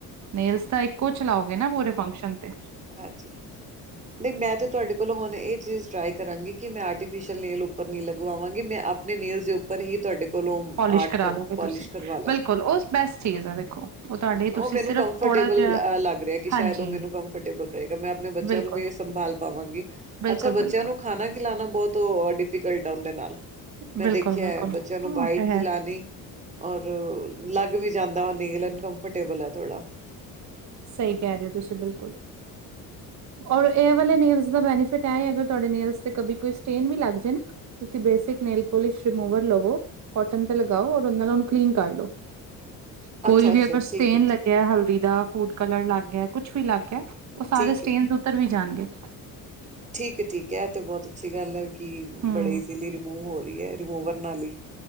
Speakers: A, on the right; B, on the right.
A: ਨੇਲਸ ਦਾ ਇੱਕ ਕੁਛ ਲਾਓਗੇ, ਨਾ ਪੂਰੇ ਫੰਕਸ਼ਨ ਤੇ।
B: ਹਾਂਜੀ-ਹਾਂਜੀ, ਨਹੀਂ ਮੈਂ ਤੇ ਤੁਹਾਡੇ ਕੋਲੋਂ ਹੁਣ ਇਹ ਚੀਜ਼ ਟਰਾਈ ਕਰਾਂਗੀ, ਕਿ ਮੈਂ ਆਰਟੀਫਿਸ਼ਅਲ ਨੇਲ ਉੱਪਰ ਨਹੀਂ ਲਗਵਾਵਾਂਗੀ। ਮੈਂ ਆਪਣੇ ਨੇਲਸ ਦੇ ਉੱਪਰ ਹੀ ਤੁਹਾਡੇ ਕੋਲੋਂ
A: ਪੋਲਿਸ਼
B: ਆਰਟ
A: ਕਰਾ
B: ਕਰ
A: ਲੋਗੇ
B: ਪੋਲਿਸ਼
A: ਤੁਸੀਂ,
B: ਕਰਵਾ
A: ਬਿਲਕੁਲ ਉਸ ਬੈਸਟ ਚੀਜ਼ ਹੈ, ਦੇਖੋ। ਉਹ ਤੁਹਾਡੇ
B: ਹੂੰ,
A: ਤੁਸੀਂ
B: ਉਹ ਮੈਨੂੰ
A: ਸਿਰਫ
B: ਕੰਫਰਟੇਬਲ
A: ਥੋੜਾ ਜਿਹਾ
B: ਅ ਲੱਗ ਰਿਹਾ, ਕਿ
A: ਹਾਂਜੀ,
B: ਸ਼ਾਇਦ ਉਹ ਮੈਨੂੰ ਕੰਫਰਟੇਬਲ ਰਹੇਗਾ। ਮੈਂ ਆਪਣੇ ਬੱਚਿਆਂ
A: ਬਿਲਕੁਲ,
B: ਨੂੰ ਵੀ ਸੰਭਾਲ ਪਾਵਾਂਗੀ।
A: ਬਿਲਕੁਲ।
B: ਅੱਛਾ ਬੱਚਿਆਂ
A: ਬਿਲਕੁਲ,
B: ਨੂੰ ਖਾਣਾ ਖਿਲਾਉਣਾ, ਬਹੁਤ ਉਹ ਡਿਫੀਕਲਟ ਆ, ਉਹਦੇ ਨਾਲ। ਮੈਂ
A: ਬਿਲਕੁਲ,
B: ਦੇਖਿਆ
A: ਬਿਲਕੁਲ
B: ਹੈ, ਬੱਚਿਆਂ ਨੂੰ
A: ਉਹ
B: ਬਾਈਟ
A: ਤੇ
B: ਖਿਲਾਣੀ।
A: ਹੈ।
B: ਔਰ ਲੱਗ ਵੀ ਜਾਂਦਾ, ਉਹ ਨੇਲ ਅਨਕੰਫਰਟੇਬਲ ਹੈ ਥੋੜ੍ਹਾ।
A: ਸਹੀ ਕਹਿ ਰਹੇ ਹੋ, ਤੁਸੀਂ ਬਿਲਕੁਲ। ਔਰ ਇਹ ਵਾਲੇ ਨੇਲਸ ਦਾ ਬੈਨੀਫਿਟ ਇਹ ਆ, ਅਗਰ ਤੁਹਾਡੇ ਨੇਲਸ ਤੇ ਕਬੀ ਕੋਈ ਸਟੇਨ ਵੀ ਲੱਗ ਜੇ ਨਾ - ਤੁਸੀਂ ਬੇਸਿਕ ਨੇਲ ਪੋਲਿਸ਼ ਰਿਮੂਵਰ ਲਵੋ, ਕੋਟਨ ਤੇ ਲਗਾਓ, ਔਰ ਉਹਨਾਂ ਨਾਲ ਉਹਨੂੰ ਕਲੀਨ ਕਰ ਲੋ। ਕੋਈ
B: ਅੱਛਾ
A: ਵੀ
B: ਅੱਛਾ
A: ਅਗਰ ਸਟੇਨ
B: ਠੀਕ ਹੈ
A: ਲੱਗਿਆ,
B: ਠੀਕ ਹੈ
A: ਹਲਕਾ- ਹਲਦੀ ਦਾ, ਫੂਡ ਕਲਰ ਲਗ ਗਿਆ, ਕੁਛ ਵੀ ਲੱਗ ਗਿਆ, ਉਹ
B: ਠੀਕ
A: ਸਾਰੇ ਸਟੇਨ
B: ਹੈ
A: ਉਤਰ ਵੀ ਜਾਣਗੇ।
B: ਠੀਕ ਹੈ, ਠੀਕ ਹੈ, ਇਹ ਤਾਂ ਬਹੁਤ ਅੱਛੀ ਗੱਲ ਹੈ। ਕਿ
A: ਹੂੰ।
B: ਬੜੇ ਈਜ਼ੀਲੀ ਰਿਮੂਵ ਹੋ ਰਹੀ ਹੈ, ਰਿਮੂਵਰ ਨਾਲ ਹੀ।